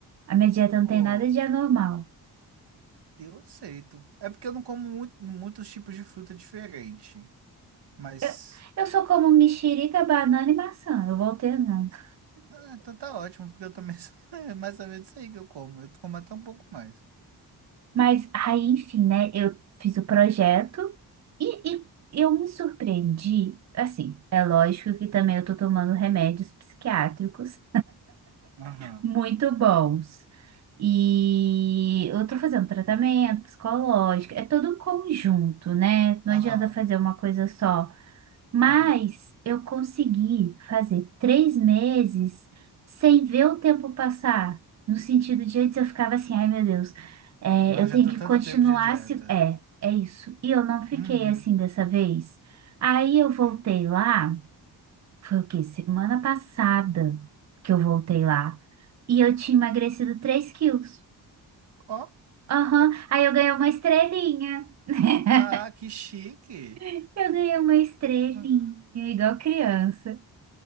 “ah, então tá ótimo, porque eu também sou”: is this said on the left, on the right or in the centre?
Right